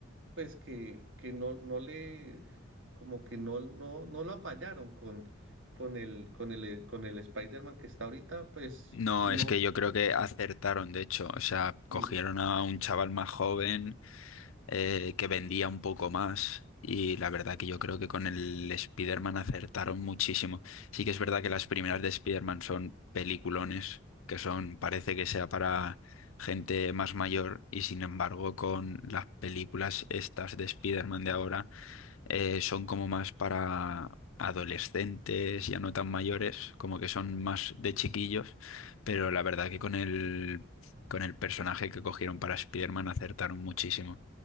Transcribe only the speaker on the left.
No,
es que yo creo que acertaron, de hecho, o sea,
cogieron a un chaval más joven eh, que vendía un poco más. Y la verdad que yo creo que con el Spider-Man acertaron muchísimo. Sí que es verdad que las primeras de Spider-Man son peliculones, que son, parece que sea para gente más mayor, y sin embargo, con las películas estas de Spider-Man de ahora, eh, son como más para adolescentes, ya no tan mayores, como que son más de chiquillos, pero la verdad que con el con el personaje que cogieron para Spider-Man acertaron muchísimo.